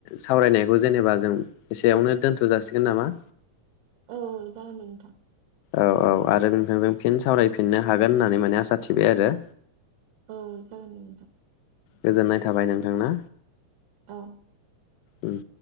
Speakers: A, on the left; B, on the right.
A: सावरायनायखौ जेनेबा जों एसेयावनो दोन्थ' जासिगोन नामा?
B: औ जागोन दे नोंथां।
A: औ औ आरो नोंथांजों फिन सावरायफिननो हागोन होननानै माने आसा थिबाय आरो।
B: औ जागोन दे नोंथां।
A: गोजोननाय थाबाय नोंथां ना।
B: औ।
A: उम।